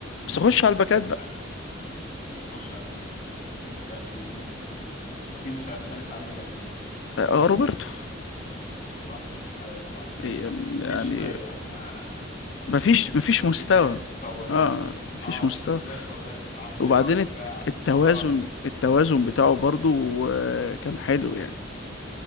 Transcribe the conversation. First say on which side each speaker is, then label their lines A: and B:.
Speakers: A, on the left; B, on the left.
A: بس خش على الباكات
B: ما- ايوه خش على الباكات تبدا بمين؟ اكيد مش هختلف عليها دي
A: آه، روبرتو
B: صح ايوه صح
A: يعني
B: مفيش زيه يعني آه،
A: مفيش مفيش
B: تسديدات
A: مستوى
B: فاولات
A: اه مفيش
B: اه
A: مستوى
B: في تسديدات فاولات عرضيات
A: وبعدين
B: دفاع
A: الت- التوازن
B: مهاره
A: التوازن بتاعه برضو آه، كان حلو يعني